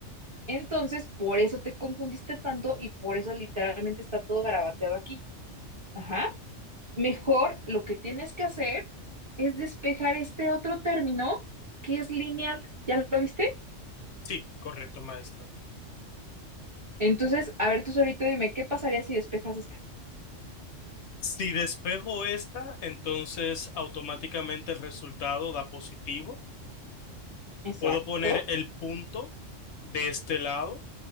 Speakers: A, on the right (about 30°); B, on the left (about 65°).
A: Entonces, por eso te confundiste tanto y por eso literalmente está todo garabateado aquí. Ajá. Mejor lo que tienes que hacer es despejar este otro término que es lineal. ¿Ya lo viste?
B: Sí, correcto, maestra.
A: Entonces, a ver, tú solito dime, ¿qué pasaría si despejas esta?
B: Si despejo esta, entonces automáticamente el resultado da positivo.
A: Exacto.
B: Puedo poner el punto de este lado